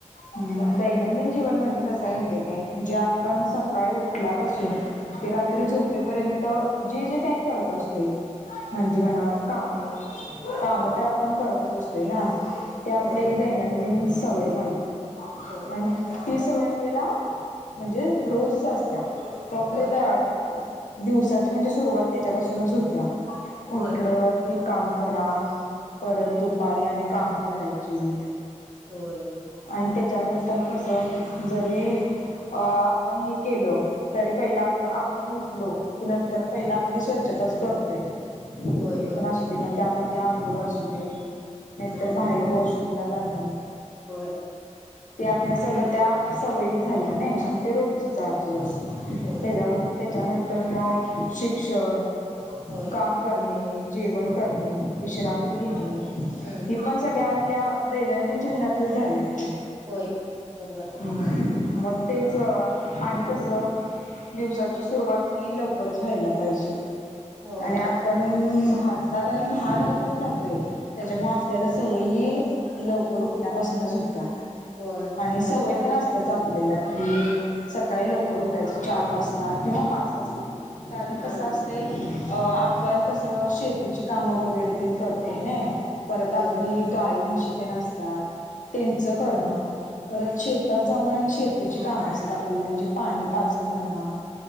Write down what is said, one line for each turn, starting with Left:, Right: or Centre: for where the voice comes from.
Left: हम दैनंदिन जीवन म्हणजे कस माहिती काय? जे आपण
Right: हम्म
Left: सकाळी उठल्या.. पासून.. ते रात्री
Right: हम्म
Left: झोपेपर्यंत.. तर जे जे काय करत असतोय. म्हणजी
Right: हम्म
Left: म्हणा.... कामे काम तर आपण करत असतोय ना. ते आपलं
Right: होय
Left: एकदा दैनंदिन... सवय झाली.
Right: होय
Left: आणि... ती सवय आपल्याला म्हणजे रोजच असतीया. टोपलीत
Right: होय
Left: धरायची दिवसाची म्हणजे सुरुवात त्याच्यापासूनच होतिया
Right: होय
Left: उठलं कि.. काम करा परत दुपारी आणि कामं करायची
Right: होय.
Left: आणि त्याच्यानंतर कसं जरी अ आपण हे केलं तरी पहिला आपलं आपण उठलो की नंतर
Right: हम्म
Left: पहिला आपली स्वच्छ ताच करतोये.
Right: होय
Left: कुठली
Right: बरोबर
Left: पण अस
Right: आहे
Left: मग त्यामध्ये त्या अंघोळ असू दे नाही
Right: ह
Left: तर बाहेर वॉश लगण ये.
Right: होय.
Left: ते आपलं सगळं त्या सवयीत झाल्या नाही आणि ते रोजचच आहे आपलं
Right: होय
Left: ते जम त्याच्यानंतर मग शिक्षण
Right: होय
Left: काम करणे जेवण करणे विश्रांती घेणे
Right: हम्म
Left: हे पण सगळ्या आपल्या दैनंदिन जीवनातलंच झालं की
Right: होय बरोबर आहे
Left: हम्म मग तेच आणि कसं दिवसाची सुरुवात ही लवकरच व्हायला पाहिजे
Right: होय
Left: आणि आपण भारतात आणि महाराष्ट्रात राहतो त्याच्यामुंळ आपल्याला सवयी ही लवकर उठण्यापासूनच होत त्या
Right: होय
Left: आणि सवय
Right: बरोबर आहे
Left: पण असत्या आपल्याला कि सकाळी लवकर उठायचं चार वाजता किंवा पाच वाजता कारण
Right: हा
Left: कसं असतय अ आपण कसं शेतीची कामं वगैरे ते करतो नइ परत
Right: होय
Left: आपली गाई म्हशी तेन असत्यात त्यांच करणं परत शेतात जाऊन आणि शेतीची काम असत आपल्याला म्हणजे पाणी पाजणं म्हणा